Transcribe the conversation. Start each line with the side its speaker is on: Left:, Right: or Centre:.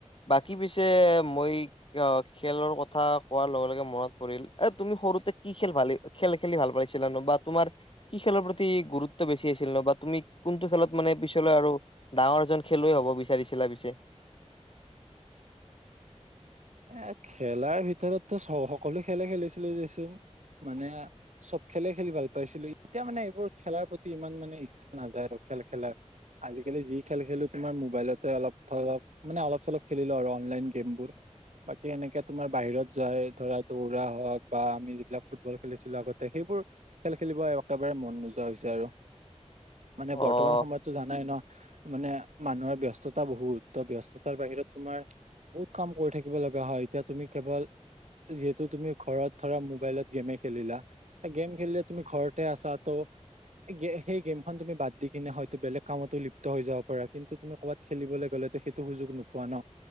Left: বাকী পিছে মই অ খেলৰ কথা কোৱাৰ লগে লগে মনত পৰিল এ তুমি সৰুতে কি খেল ভালি খেল খেলি ভাল পাইছিলানো বা তোমাৰ কি খেলৰ প্ৰতি গুৰুত্ব বেছি আছিল ন বা তুমি কোনটো খেলত মানে পিছলৈ আৰু ডাঙৰ এজন খেলুৱৈ হ'ব বিচাৰিছিলা পিছে?
Right: এ খেলাৰ ভিতৰতো চ সকলো খেলে খেলিছিল দেচোন। মানে চব খেলে খেলি ভাল পাইছিলো। এতিয়া মানে এইবোৰ খেলাৰ প্ৰতি ইমান মানে ইচ্ছা নাযায় আৰু খেল খেলাৰ আজিকালি যি খেল খেলো তোমাৰ মোবাইলতে অলপ ধৰক মানে অলপ চলপ খেলিলো আৰু অনলাইন গেমবোৰ। বাকী এনেকে তোমাৰ বাহিৰত যায় ধৰা দৌৰা হওক বা আমি যিবিলাক ফুটবল খেলিছিলো আগতে সেইবোৰ খেল খেলিব একেবাৰে মন নোযোৱা হৈছে আৰু। মানে
Left: অ'
Right: বৰ্তমান সময়ত টো জানাই ন মানে মানুহৰ ব্যস্ততা বহুত ত ব্যস্ততাৰ বাহিৰত তোমাৰ বহুত কাম কৰি থাকিব লগা হয় এতিয়া তুমি কেৱল যিহেতু তুমি ঘৰত ধৰা মোবাইলত গেমে খেলিলা গেম খেলিলে তুমি ঘৰতে আছা ত সেই গে সেই গেমখন তুমি বাদ দি কিনে হয়তো বেলেগ কামতো লিপ্ত হৈ যাব পাৰা কিন্তু তুমি ক'ৰবাত খেলিবলে গ'লেতো সেইটো সুযোগ নোপোৱা ন